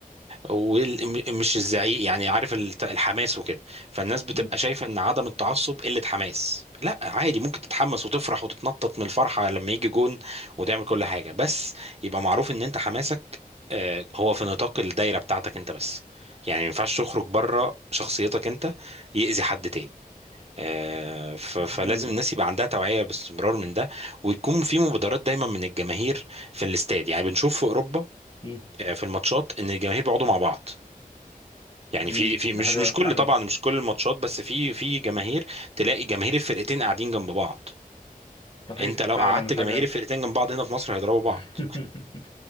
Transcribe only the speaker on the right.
ومش الزعيق يعني عارف الت- الحماس وكده فالناس بتبقى
شايفة ان عدم التعصب قلة حماس لا عادي ممكن تتحمس وتفرح وتتنطط من الفرحة لما يجي جون وتعمل كل حاجة بس يبقى معروف ان انت حماسك آه، هو في نطاق الدايرة بتاعتك انت بس يعني ما ينفعش تخرج بره شخصيتك انت يأذي حد تاني آه، ف- فلازم
الناس يبقى عندها توعية باستمرار من ده ويكون في مبادرات دايما من الجماهير في الاستاد يعني بنشوف في أوروبا
آه، في الماتشات ان الجماهير بيقعدوا مع بعض يعني
في في
مش
مش كل
طبعا مش كل الماتشات بس في في جماهير تلاقي جماهير الفرقتين قاعدين جنب بعض
انت لو
قعدت
جماهير الفرقتين جنب بعض هنا في مصر هيضربوا بعض